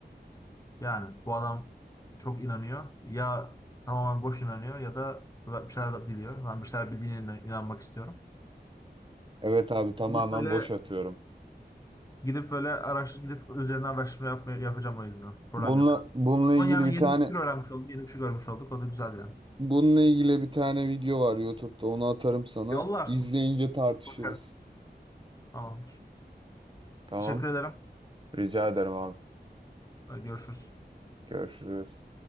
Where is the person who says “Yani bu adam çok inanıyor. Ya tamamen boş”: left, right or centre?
Left